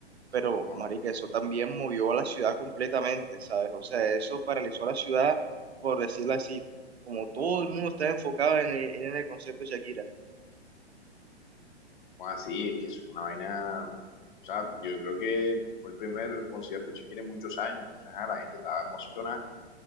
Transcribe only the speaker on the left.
No,
así, es que es una vaina, o sea, yo creo que fue el primer concierto de Shakira en muchos años, entonces ah, la gente estaba emocionada.